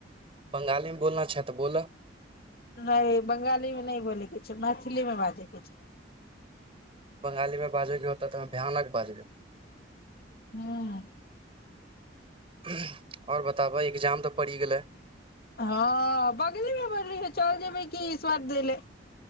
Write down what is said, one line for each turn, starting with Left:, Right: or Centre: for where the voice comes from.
Right: बंगालीमे बोलना छै तऽ बोलऽ
Left: नहि बंगालीमे नहि बोलैके छै मैथिलीमे बाजैके छै
Right: बंगालीमे बाजयके होतऽ तऽ भयानक बाजबै
Left: हँ
Right: आओर बताबह एग्जाम तऽ पड़ि गेलै
Left: हँ बगलेमे बढ़ली ह चार जेबै कि स्वर देै